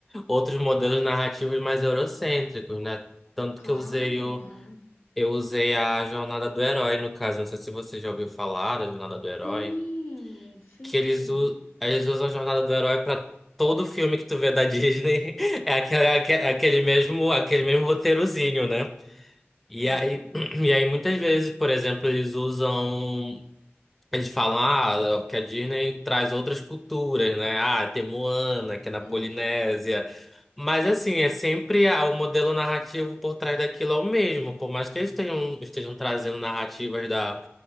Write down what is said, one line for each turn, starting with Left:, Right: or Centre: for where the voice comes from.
Centre: outros modelos narrativos mais eurocêntricos, né? Tanto
Left: Claro,
Centre: que eu usei o
Left: aham.
Centre: eu usei a jornada do herói no caso, não sei se você já ouviu falar da jornada do herói
Left: Sim, sim,
Centre: que
Left: sim.
Centre: eles, u- eles usam a jornada do herói pra todo filme que tu vê da Disney. <laughs> É aquele, é aque- é aquele mesmo, aquele mesmo roteirozinho, né? E
Left: É.
Centre: aí, <clears throat> e aí muitas vezes, por exemplo, eles usam. Eles falam, ah, que a Disney traz outras culturas, né? Ah, tem Moana, que é na Polinésia.
Left: Hum.
Centre: Mas, assim, é sempre ah, o modelo narrativo por trás daquilo é o mesmo. Por mais que eles tenham, estejam trazendo narrativas da,